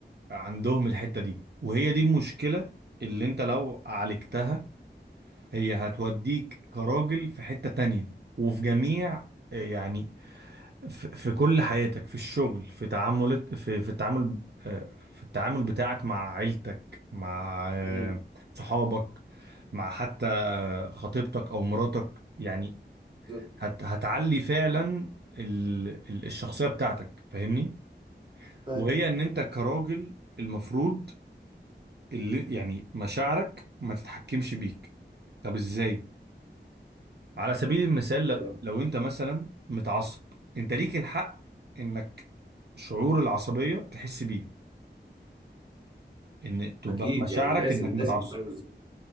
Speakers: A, on the right; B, on the right.
A: عندهم الحتة دي وهي دي المشكلة اللي انت لو عالجتها هي هتوديك كراجل في حتة تانية وفي جميع آه، يعني في في كل حياتك في الشغل في تعاملات في في التعامل آه، في التعامل بتاعك مع عيلتك مع آه،
B: امم
A: صحابك مع حتى آه، خطيبتك او مراتك يعني
B: بالظبط.
A: هت هتعلي فعلا ال ال- الشخصية بتاعتك فاهمني
B: فاهم
A: وهي ان انت كراجل المفروض اللي يعني مشاعرك ما تتحكمش بيك طب ازاي على سبيل المثال ل-
B: أيوة.
A: لو انت مثلا متعصب انت ليك الحق انك شعور العصبية تحس بيه ان تبقى
B: اكيد
A: مشاعرك
B: يعني لازم
A: انك
B: لازم
A: متعصب
B: ايوه بالظبط